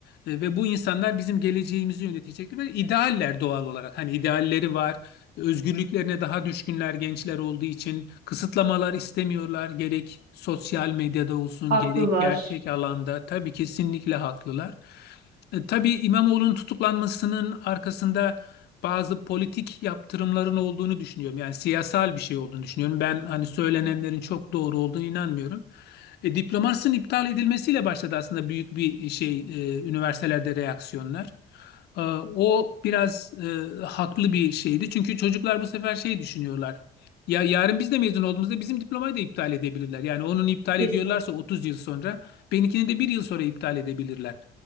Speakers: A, on the left; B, on the right.
A: E, Ve bu insanlar bizim geleceğimizi yönetecekler ve idealler doğal olarak. Hani idealleri var, özgürlüklerine daha düşkünler gençler olduğu için kısıtlamalar istemiyorlar. Gerek sosyal medyada olsun,
B: Haklılar.
A: gerek gerçek alanda. Tabii kesinlikle haklılar. E, Tabii İmamoğlu'nun tutuklanmasının arkasında bazı politik yaptırımların olduğunu düşünüyorum. Yani siyasal bir şey olduğunu düşünüyorum. Ben hani söylenenlerin
B: Evet.
A: çok doğru olduğunu inanmıyorum. E, diplomasının iptal edilmesiyle başladı aslında büyük bir şey e, üniversitelerde reaksiyonlar. E, o biraz e, haklı bir şeydi. Çünkü çocuklar bu sefer şey düşünüyorlar. Ya yarın biz de mezun olduğumuzda bizim diplomayı da iptal edebilirler. Yani onun iptal
B: Kesin.
A: ediyorlarsa 30 yıl sonra benimkini de bir yıl sonra iptal edebilirler.